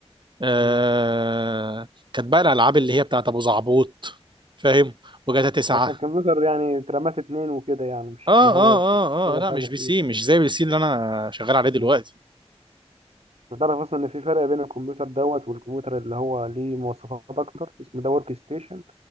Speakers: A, on the right; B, on the right.
A: آه...
B: مم.
A: كانت بقى الالعاب اللي هي بتاعت ابو زعبوط فاهم وجاتا تسعة
B: يعني كان الكمبيوتر يعني اترمات اتنين وكده يعني مش
A: اه
B: اللي هو
A: اه
B: يشتغل
A: اه اه لا
B: حاجة
A: مش بي
B: فيه
A: سي مش زي البي سي اللي انا شغال عليه دلوقتي
B: آه. تعرف أصلا إن في فرق بين الكمبيوتر دوت والكمبيوتر اللي هو ليه مواصفات أكتر اسمه ده ورك ستيشن